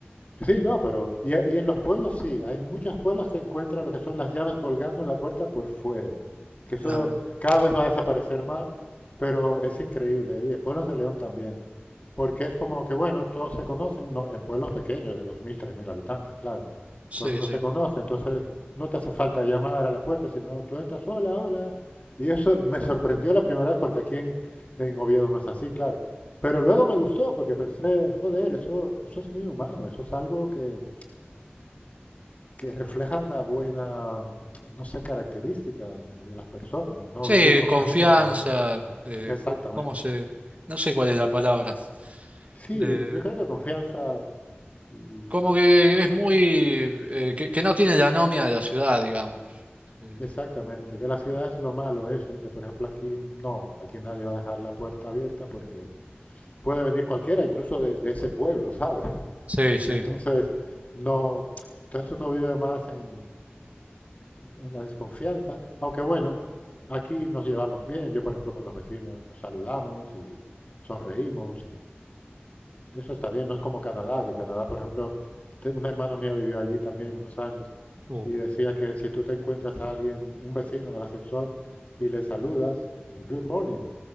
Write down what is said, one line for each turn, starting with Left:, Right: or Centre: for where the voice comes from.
Left: Sí, no, pero y, y en los pueblos sí, hay muchos pueblos se encuentra lo que son las llaves colgando en la puerta por fuera, que eso
Right: Claro.
Left: cada vez va a desaparecer más, pero es increíble, y en pueblos de León también, porque es como que, bueno, todos se conocen, no, en pueblos pequeños de dos mil tres mil habitantes, claro, todo
Right: Sí,
Left: el mundo
Right: sí.
Left: se conoce, entonces no te hace falta llamar a la puerta, sino tú entras, hola, hola, y eso me sorprendió la primera vez porque aquí en, en Oviedo no es así, claro, pero luego me gustó porque pensé, joder, eso, eso es muy humano, eso es algo que, que refleja una buena, no sé, característica de de las personas, no
Right: Sí,
Left: vivir con
Right: confianza,
Left: miedo.
Right: eh,
Left: Exactamente.
Right: co- cómo se... No sé cuál es la palabra.
Left: Sí,
Right: Eh,
Left: yo creo que confianza y
Right: como que es muy... eh, que, que no tiene la anomia de la ciudad, digamos. Eh,
Left: exactamente, que la ciudad es lo malo eso, que por ejemplo aquí no, aquí nadie va a dejar la puerta abierta porque puede venir cualquiera, incluso de, de ese pueblo, ¿sabes? <laughs>
Right: Sí, sí.
Left: Entonces, no, entonces uno vive más en, en la desconfianza, aunque bueno, aquí nos llevamos bien, yo por ejemplo con los vecinos nos saludamos y sonreímos y eso está bien, no es como Canadá, que Canadá por ejemplo, una hermana mía vivió allí también unos años
Right: Uh.
Left: y decía que si tú te encuentras a alguien, un vecino en el ascensor y le saludas, good morning,